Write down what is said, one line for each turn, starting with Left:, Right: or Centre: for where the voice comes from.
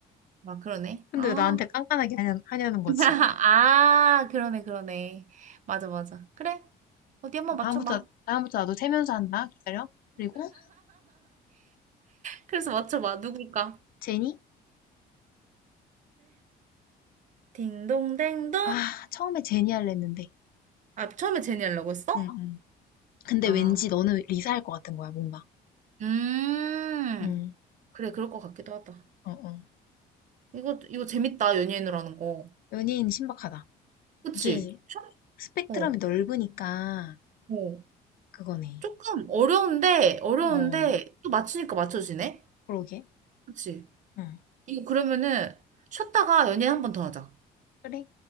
Right: 아, 그러네.
Left: 근데
Right: 아,
Left: 왜 나한테 깐깐하게 하냐, 하냐는 거지
Right: <laughs> 아, 그러네, 그러네. 맞아, 맞아. 그래. 어디 한번 맞춰봐.
Left: 다음부터 다음부터 나도 세면서 한다 기다려 그리고
Right: 그래서 맞춰봐. 누굴까?
Left: 제니?
Right: 딩동댕동.
Left: 아 처음에 제니 할랬 했는데
Right: 아, 처음에 제니 하려고 했어?
Left: 응, 어? 응. 근데
Right: 아,
Left: 왠지 너는 리사 할 것 같은 거야 뭔가
Right: 음.
Left: 응
Right: 그래, 그럴 것 같기도 하다.
Left: 어, 어.
Right: 이거, 이거 재밌다. 연예인으로 하는 거.
Left: 연예인 신박하다
Right: 그치?
Left: 이게 스펙트럼이
Right: 어,
Left: 넓으니까
Right: 어.
Left: 그거네.
Right: 조금 어려운데, 어려운데,
Left: 어,
Right: 또 맞추니까 맞춰지네?
Left: 그러게.
Right: 그치?
Left: 응.
Right: 이거 그러면은, 쉬었다가 연예인 한 번 더 하자.
Left: 그래.